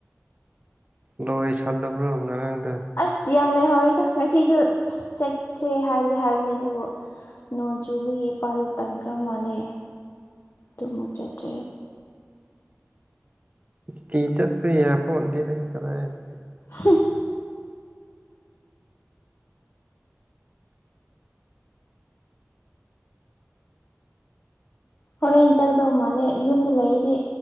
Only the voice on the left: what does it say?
ꯑꯁ ꯌꯥꯝ ꯂꯩꯍꯧꯔꯤꯗ ꯉꯁꯤꯁꯨ ꯆꯠꯁꯦ ꯍꯥꯏꯗꯤ ꯍꯥꯏꯕꯅꯦ ꯑꯗꯨꯕꯨ ꯅꯣꯡ ꯆꯨꯕꯒꯤ ꯏꯄꯥꯗꯣ ꯇꯟꯈ꯭ꯔ ꯃꯥꯜꯂꯦ ꯑꯗꯨꯃꯨꯛ ꯆꯠꯇ꯭ꯔꯦ
ꯍꯝ ꯍꯣꯔꯦꯟ ꯆꯪꯗꯧ ꯃꯥꯜꯂꯦ ꯌꯨꯝꯗ ꯂꯩꯔꯤꯗꯤ